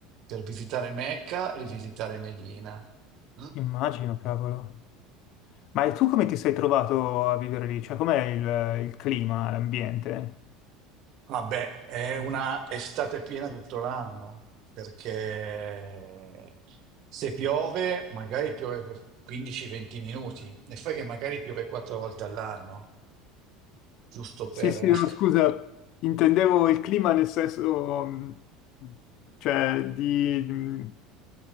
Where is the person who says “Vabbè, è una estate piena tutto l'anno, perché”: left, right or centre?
Right